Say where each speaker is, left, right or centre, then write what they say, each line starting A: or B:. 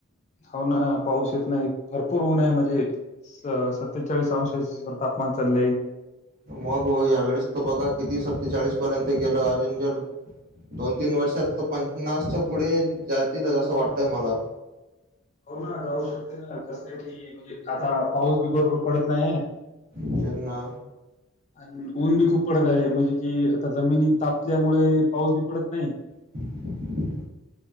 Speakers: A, on the left; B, on the right.
A: होा ना पाऊस येत नाही भरपूर ऊन आहे म्हणजे सत्तेचाळीस अंश सेल्सिअस व तापन चाललंय
B: मग हो या वेळेस तर बघा किती सत्तेचाळीस पर्यंत गेलं अजून जर दोन तीन वर्षात तर पन्नासच्या पुढे जातील असं वाटतय मला
A: हो ना जाऊ शकते ना कस की म्हणजे आता पाऊस बी बरोबर पडत नाही
B: जना
A: आणि ऊन बी खूप पडत आहे म्हणजे कि आता जमिनी तापल्यामुळे पाऊस बी पडत नाही
B: <inaudible>